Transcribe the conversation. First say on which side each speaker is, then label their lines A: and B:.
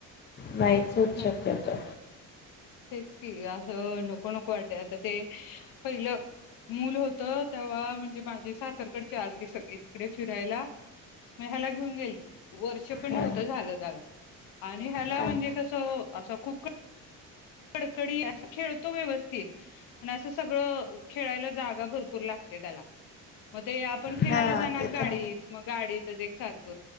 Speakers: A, on the left; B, on the left.
A: नाहीच होत
B: नाही
A: शक्यतो.
B: तेच की अस नको नको वाटतय आता ते पहिल मुल होत. तेव्हा म्हणजे माझी सासरकडचे आलते सगळे तिकडे फिरायला म ह्याला घेऊन ये वर्ष पण
A: हा
B: नव्हत झाल त्याला आणि ह्याला
A: काय
B: म्हणजे कस असा खूप कडकडी खेळतो व्यवस्थित पण अस सगळ खेळायला जागा भरपूर लागते त्याला. ते आपण फिरायला
A: हा
B: जाणार
A: ते
B: गाडीत
A: तर
B: म गाडीतच एक सारख